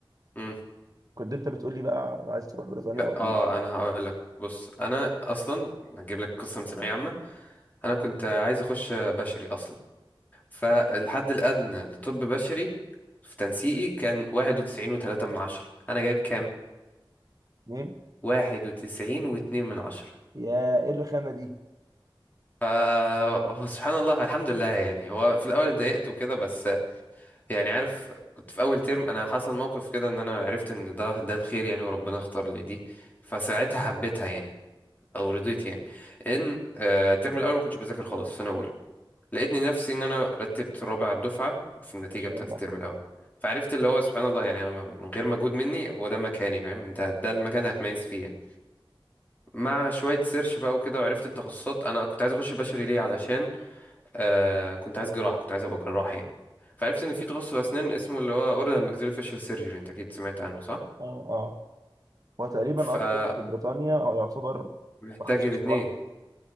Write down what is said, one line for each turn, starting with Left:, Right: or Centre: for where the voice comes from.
Left: مم.
Right: كنت انت بتقول لي بقى انا عايز تروح بريطانيا
Left: لا
Right: او المانيا
Left: اه انا هقول لك بص انا اصلا هجيب لك قصه من ثانويه عامه انا كنت عايز اخش بشري اصلا فالحد الادنى لطب بشري في تنسيقي كان واحد وتسعين وتلاتة من عشرة انا جايب كام
Right: اتنين
Left: واحد وتسعين واتنين من عشرة
Right: يا ايه الرخامه دي
Left: ف هو سبحان الله الحمد لله يعني هو في الاول اتضايقت وكده بس يعني عارف كنت في اول ترم انا حصل موقف كده ان انا عرفت ان ده ده الخير يعني وربنا اختار لي دي فساعتها حبيتها يعني او رضيت يعني ان آه، الترم الاول ما كنتش بذاكر خالص في سنه اولى لقيتني نفسي ان انا رتبت رابع الدفعه في النتيجه
Right: ما شاء
Left: بتاعت
Right: الله
Left: الترم الاول فعرفت اللي هو سبحان الله يعني انا ما- من غير مجهود مني هو ده مكاني فاهم ده ده المكان اللي هتميز فيه يعني. مع شويه سيرش بقى وكده وعرفت التخصصات انا كنت عايز اخش بشري ليه علشان آه كنت عايز جراح كنت عايز ابقى جراح يعني فعرفت ان في تخصص اسنان اسمه اللي هو اورال اند ماكسيلو فيشل سيرجري انت اكيد سمعت عنه صح
Right: اه اه هو تقريبا
Left: فمحتاج
Right: اصلا في بريطانيا هو يعتبر
Left: الاثنين
Right: تخصص لوحده